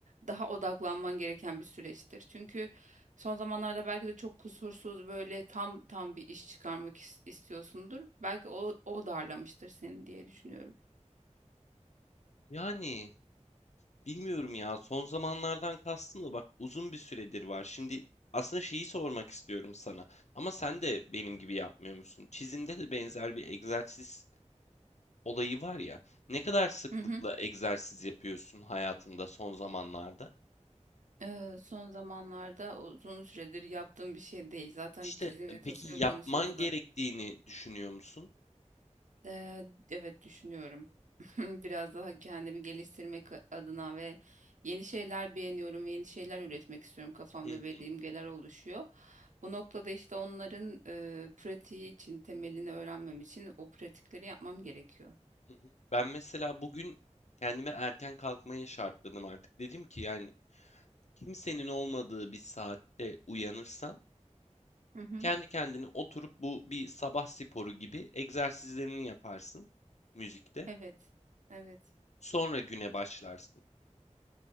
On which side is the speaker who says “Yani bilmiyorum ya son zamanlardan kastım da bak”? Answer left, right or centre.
Left